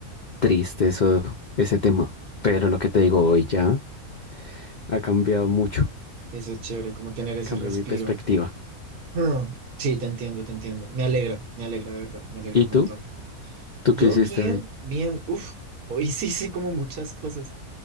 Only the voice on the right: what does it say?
Eso es chévere, como tener ese
respiro.
Ah, Sí, te entiendo, te entiendo. Me alegra, me alegra, de verdad, me alegra
un
montón.
Yo
bien,
bien, uff, hoy <laughs> sí hice como muchas cosas.